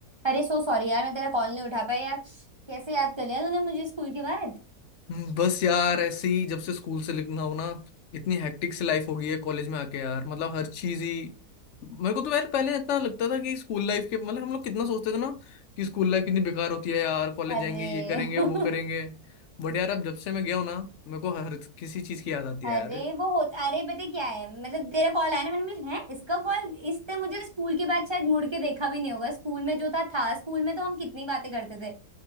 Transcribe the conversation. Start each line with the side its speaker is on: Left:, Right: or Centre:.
Right: अरे so sorry यार मैं तेरा कॉल नहीं उठा पाया यार कैसे याद कर लिया तूने मुझे स्कूल के बाद
Left: हम्म, बस यार ऐसे ही जब से स्कूल से लिखना हो ना इतनी हेक्टिक सी लाइफ हो गई है कॉलेज में आके यार मतलब हर चीज ही मेरे को तो यार पहले इतना लगता था कि स्कूल लाइफ के मतलब हम लोग कितना सोचते थे ना कि स्कूल लाइफ कितनी बेकार होती है यार कॉलेज
Right: अरे
Left: जाएंगे ये करेंगे
Right: <laughs>
Left: वो करेंगे बट यार अब जब से मैं गया हूं ना मेरे को हर किसी चीज की याद आती है
Right: अरे
Left: यार
Right: वो होता अरे पता क्या है मतलब तेरा कॉल आया ना मैंने बोला है इसका कॉल इसने मुझे स्कूल के बाद शायद मुड़ के देखा भी नहीं होगा स्कूल में जो था था स्कूल में तो हम कितनी बातें करते थे